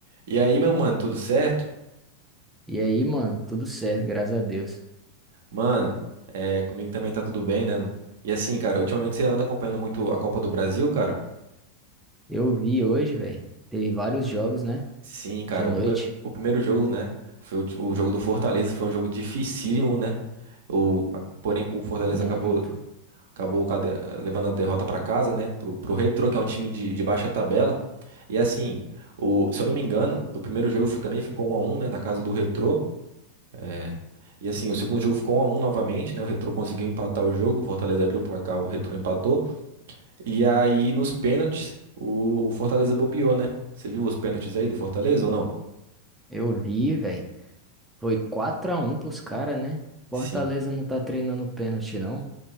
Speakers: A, on the right; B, in the centre.
A: E aí, meu mano, tudo certo?
B: E aí, mano, tudo certo, graças a Deus.
A: Mano, é, comigo também tá tudo bem, né? E assim, cara, ultimamente você anda acompanhando muito a Copa do Brasil, cara?
B: Eu vi hoje, velho. Teve vários jogos, né?
A: Sim, cara,
B: De noite.
A: o primeiro, o primeiro jogo, né? Foi o, ti- o jogo do Fortaleza, foi um jogo dificílimo, né? O, a- porém, o Fortaleza
B: Muito.
A: acabou, acabou cade- levando a derrota pra casa, né? Pro, pro Retrô, que é um time de, de baixa tabela. E assim, o, se eu não me engano, o primeiro jogo fi- também ficou 1 a 1, né? Na casa do Retrô. É. E assim, o segundo jogo ficou 1 a um novamente, né? O Retrô conseguiu empatar o jogo, o Fortaleza abriu o placar, o Retrô empatou. E aí, nos pênaltis, o Fortaleza bobeou, né? Você viu os pênaltis aí do Fortaleza ou não?
B: Eu vi, velho. Foi 4x1 pros caras, né? Fortaleza
A: Sim,
B: não tá treinando pênalti, não.